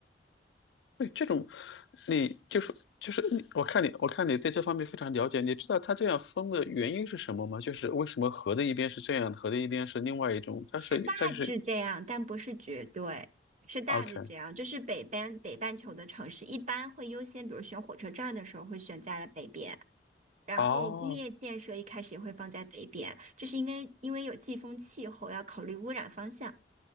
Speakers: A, on the left; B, on the right.
A: 对，这种你就是就是你我看你我看你对这方面非常了解，你知道它这样分的原因是什么吗？就是为什么河的一边是这样，河的一边是另外一种？它是它就是
B: 是大致这样，但不是绝对，是大致这样。
A: OK
B: 就是北边北半球的城市一般会优先，比如选火车站的时候会选在了北边，然后工业建设一开始也会放在北边，
A: 哦。
B: 这是因为因为有季风气候，要考虑污染方向。